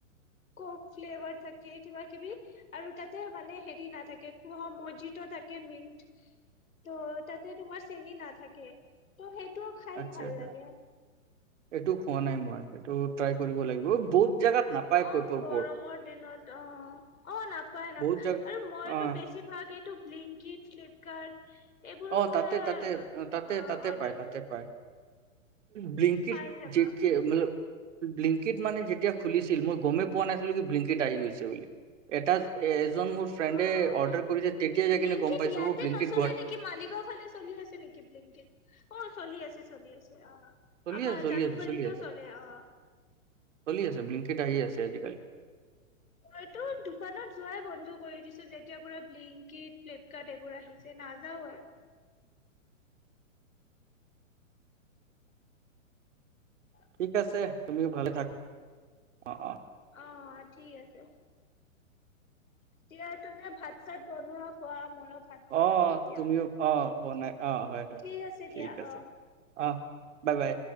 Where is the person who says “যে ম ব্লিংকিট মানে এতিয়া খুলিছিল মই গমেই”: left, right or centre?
Right